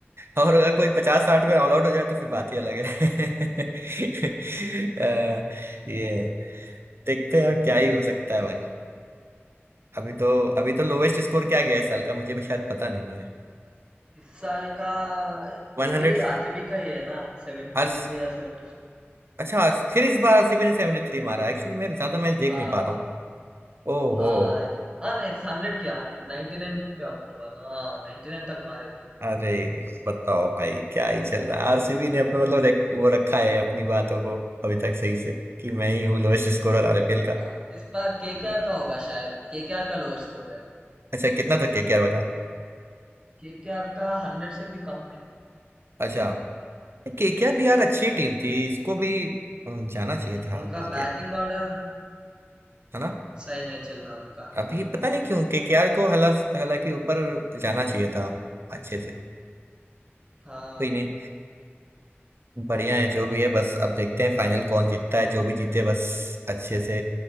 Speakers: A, on the right; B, on the right.
A: और अगर कोई पचास साठ में ऑल आउट हो जाए तो फिर बात ही अलग है <laughs> अ, ये देखते हैं अब क्या ही हो सकता है भाई अभी तो अभी तो लोवेस्ट स्कोर क्या गया इस साल का मुझे भी शायद पता नहीं है
B: इस साल का
A: One
B: वो
A: hundred
B: भी आरसीबी का ही है ना सेवेंटी
A: अर्स,
B: थ्री या सेवेंटी फोर
A: अच्छा आज- फिर इस बार आरसीबी ने 73 मारा एक्चुअली मैं ज्यादा मैच देख
B: हाँ
A: नहीं पा रहा हूँ ओहो
B: हाँ इस, हाँ ना इस हंड्रेड किया नाइन्टी नाइन पे आउट हुआ ना हाँ नाइन्टी नाइन तक मारे थे
A: अरे बताओ भाई क्या ही चल रहा है आरसीबी ने अपना मतलब रख- वो रखा है अपनी बातों को अभी तक सही से कि मैं ही हूँ लोएस्ट स्कोरर आरपीएल का
B: हाँ, इस बार केकेआर का होगा शायद केकेआर का लोएस्ट स्कोर है
A: अच्छा कितना था केकेआर का
B: केकेआर का हंड्रेड से भी कम है
A: अच्छा केकेआर भी यार अच्छी टीम थी इसको भी अ, जाना चाहिए था
B: उनका
A: आगे
B: बैटिंग ऑर्डर
A: है ना
B: सही नहीं चल रहा उनका
A: अभी पता नहीं क्यों केकेआर को हला हालांकि ऊपर जाना चाहिए था अच्छे से
B: हाँ
A: कोई नहीं बढ़िया है जो भी है बस अब देखते हैं फाइनल कौन जीतता है जो भी जीते बस अच्छे से